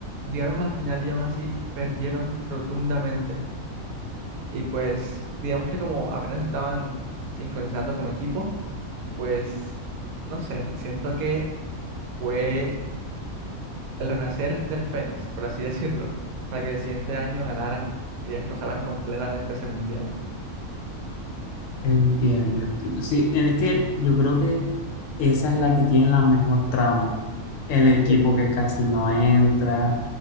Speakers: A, on the right; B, on the left.
A: llegaron a la final y aún así perdieron rotundamente. Y pues digamos que como apenas estaban sincronizando como equipo, pues no sé, siento que fue el renacer del Fénix, por así <laughs> decirlo, para que el siguiente año ganaran y destrozaran completamente ese mundial.
B: Entiendo, entiendo. Sí, es que yo creo que esa es la que tiene la mejor trama. El equipo
A: Sí.
B: que casi no entra,